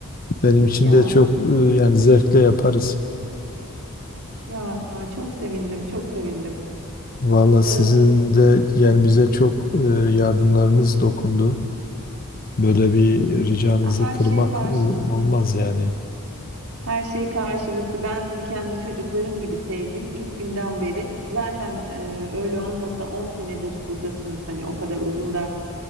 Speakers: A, on the left (about 40°); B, on the right (about 70°).
A: Benim için
B: Ya.
A: de çok e, yani zevkle yaparız.
B: Ya çok sevindim, çok sevindim.
A: Valla
B: Öf,
A: sizin de yani bize çok e, yardımlarınız dokundu. Böyle bir ricanızı
B: her
A: kırmak
B: şey karşılıklı.
A: u- olmaz yani.
B: Her şey karşılıklı. Ben sizi kendi çocuklarım gibi sevdim ilk günden beri. Zaten e, öyle olmasa 10 senedir buradasınız. Hani o kadar uzun da